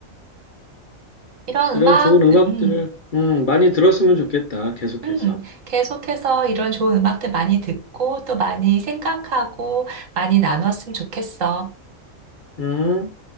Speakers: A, on the right; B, on the left.
A: 이런
B: 이런
A: 음악,
B: 좋은 음악들을,
A: 음,
B: 음, 많이 들었으면 좋겠다. 계속해서.
A: 음, 계속해서 이런 좋은 음악들 많이 듣고 또 많이 생각하고 많이 나누었으면 좋겠어.
B: 음.